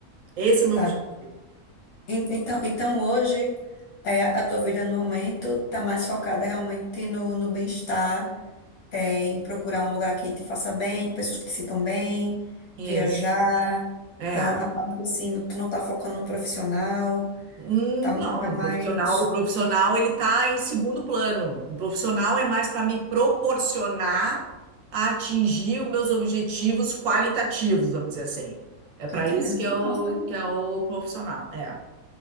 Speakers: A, on the right (about 70°); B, on the left (about 90°).
A: Esse é o meu
B: Tá.
A: objetivo.
B: En- Então, então hoje é, a tua vida no momento tá mais focada realmente no, no bem-estar, é, em procurar um lugar que te faça bem, pessoas que te sintam bem,
A: Isso.
B: viajar.
A: É.
B: Então, a parte assim, tu não tá focando no profissional,
A: Hum,
B: tá,
A: Não,
B: tá mais.
A: o profissional, o profissional ele está em segundo plano. O profissional é mais para me proporcionar a atingir os meus objetivos qualitativos, vamos dizer assim. É para
B: Tô entendendo,
A: isso que
B: que
A: é o
B: massa. né?
A: que é o profissional, é,